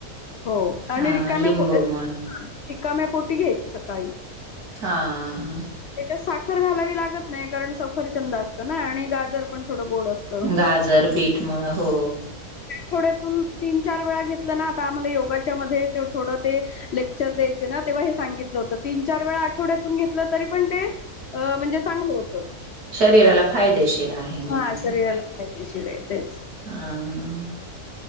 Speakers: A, on the left; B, on the right.
A: हो आणि
B: हां,
A: रिकाम्या
B: लिंबूमुळं.
A: पोटी रिकाम्या पोटी घ्यायच सकाळी.
B: हां हां.
A: तेच्यात साखर घालावी लागत नाही कारण सफरचंद असतं ना आणि गाजर पण थोड गोड असत
B: गाजर, बीटमुळं हो.
A: थोडे तीन चार वेळा घेतलं ना आता आम्हाला योगाच्या मध्ये थोडं ते लेक्चर द्यायचे ना तेव्हा हे सांगितलं होतं तीन चार वेळा आठवड्यातून घेतलं तरी पण ते अ म्हणजे चांगलं होत,
B: शरीराला फायदेशीर आहे म्हणायचं.
A: हा शरीराला पाहि तेच.
B: हां.